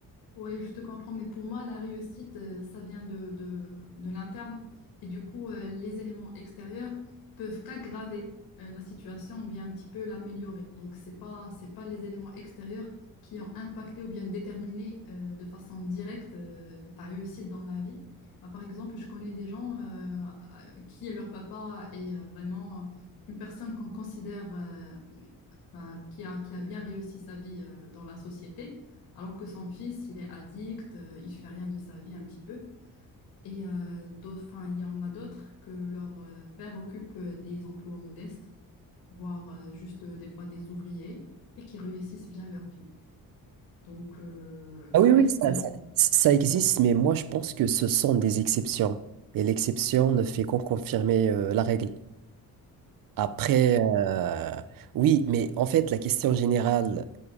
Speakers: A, on the left; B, on the right.
A: Oui, je te comprends, mais pour moi, la réussite, euh, ça vient de, de, de l'interne. Et du coup, euh, les éléments extérieurs peuvent qu'aggraver euh, la situation ou bien un petit peu l'améliorer. Donc, c'est pas, c'est pas les éléments extérieurs qui ont impacté ou bien déterminé euh, de façon directe euh, ta réussite dans la vie. Bah, par exemple, je connais des gens euh, qui, leur papa est euh, vraiment euh, une personne qu'on considère euh, ben, qui a, qui a bien réussi sa vie euh, dans la société, alors que son fils, il est addict, euh, il fait rien de sa vie un petit peu. Et euh, d'autres, enfin, il y en a d'autres que leur euh, père occupe euh, des emplois modestes, voire euh, juste euh, des fois des ouvriers, et qui réussissent bien leur vie. Donc euh, ça
B: Ah oui,
A: reste,
B: oui, ça,
A: euh,
B: ça, ça existe, mais moi je pense que ce sont des exceptions. Et l'exception ne fait qu'en confirmer euh, la règle. Après, euh, oui, mais en fait, la question générale,